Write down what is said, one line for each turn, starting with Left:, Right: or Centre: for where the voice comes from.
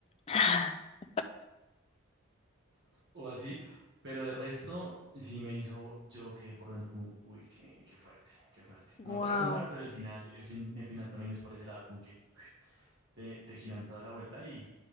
Left: <gasps> <sighs>
Right: o así, pero de resto sí me hizo, yo quedé por dentro como, uy, qué, qué fuerte, qué fuerte.
Left: Wow.
Right: No te voy a contar, pero el final, el fin, el final también es por ese lado, como que te, te giran toda la vuelta y